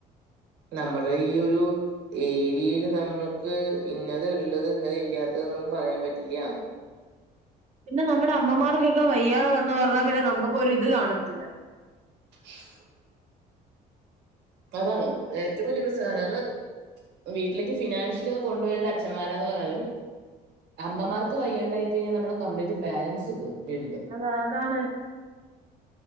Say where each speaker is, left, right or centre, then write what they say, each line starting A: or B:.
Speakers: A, on the right; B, on the right.
A: നമ്മടെ ഈ ഒരു ഏരീല് നമ്മൾക്ക് ഇന്നത് ള്ളത് ഇന്നത് ഇല്ലാത്തത് എന്നൊന്നും പറയാൻ പറ്റില്ല
B: പിന്നെ നമ്മടെ അമ്മമാർക്കൊക്കെ വയ്യാതെ വന്നു പറഞ്ഞാ പിന്നെ നമ്മക്കൊരു ഇത് കാണത്തില്ല
A: <inaudible> അതാണ് ഏറ്റവും വല്യ പ്രശ്നം ഞമ്മള് വീട്ടിലെക്ക് ഫിനാൻഷ്യലിയൊക്കെ കൊണ്ട് വരണ്ടത് അഛന്മാരാന്ന് പറഞ്ഞാലും അമ്മമാർക്ക് വയ്യാണ്ടായി കഴിഞ്ഞാ നമ്മളെ കംപ്ലീറ്റ് ബാലൻസ് പോവും വീടിന്റെ
B: അതാ അതാണ്